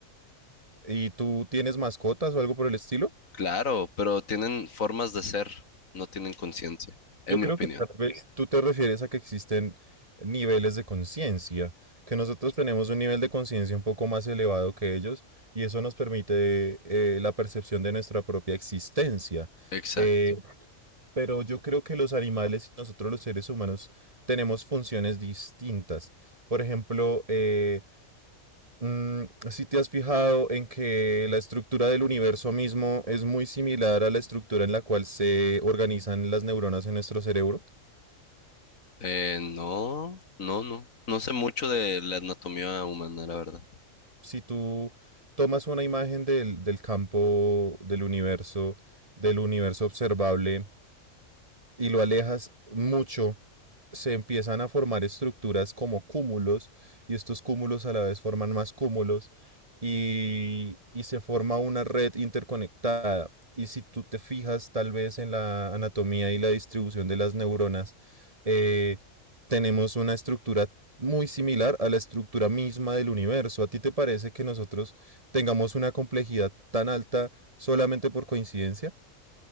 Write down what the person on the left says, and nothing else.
claro, pero tienen formas de ser, no tienen conciencia, en
mi
opinión.
Exacto.
Eh, no, no, no, no sé mucho de la anatomía humana, la verdad.